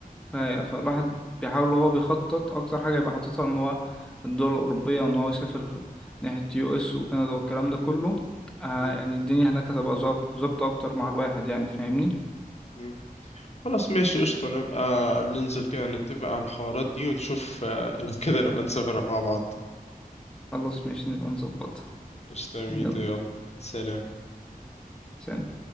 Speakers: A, in the centre; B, on the left (about 45°).
A: ف- فالواحد بيحاول وهو بيخطط اكتر حاجة يبقى حاططها ان هو الدول الأوروبية وان هو يسافر ناحية يو اس وكندا والكلام ده كله آه،
B: مم.
A: يعني الدنيا هناك هتبقى ظا- ظابطة اكتر مع الواحد يعني فاهمني
B: مم. خلاص ماشي قشطة نبقى ننزل كده نتفق على الحوارات دي ونشوف آه، لو كده نبقى نسافر مع بعض
A: خلاص ماشي نبقى نظبطها
B: قشطة يا ميدو
A: يلا
B: يلا سلام
A: سلام